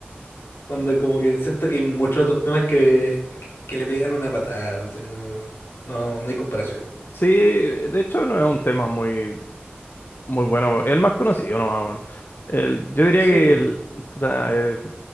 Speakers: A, on the left; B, on the left.
A: Cuando como que siento que hay muchos otros temas que, que, que le pegan una patada. así, no, no, no hay comparación.
B: Sí, de hecho no es un tema muy, muy bueno. Es el más conocido nomás, weón. El- yo diría
A: Sí,
B: que el, puta, el-